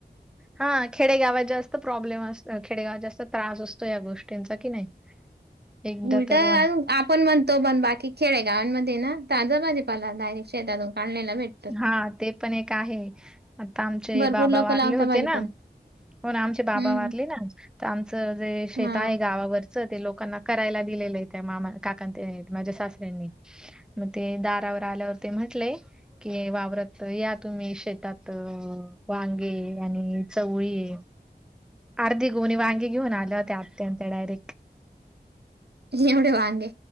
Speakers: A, in the centre; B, on the right.
A: हा खेडेगावात जास्त प्रॉब्लेम असत खेडेगावात जास्त त्रास असतो या गोष्टींचा कि नाही <unintelligible> एकदा
B: उलट
A: तर अ,
B: आपण म्हणतो पण बाकी खेड गावांमध्ये ना ताजा भाजीपाला डायरेक शेतातून काढलेला भेट
A: हा ते पण एक आहे आता आमचे
B: भरपूर
A: बाबा
B: लोक
A: वारले
B: लावता
A: होते
B: भाजीपाला
A: ना होना आमचे बाबा
B: हम्म
A: वारले ना तर आमचं जे शेत
B: हा.
A: आहे गावावर ते लोकांना करायला दिलेलं आहे त्या मामा, काकांकडे ते माझ्या सासऱ्यांनी मग ते दारावर आल्यावर ते म्हंटले कि वावरत या तुम्ही शेतात वांगे आणि चवळी अर्धि गोनी वांगे घेऊन आल ते आतेयंत डायरेक
B: एवढे वांगे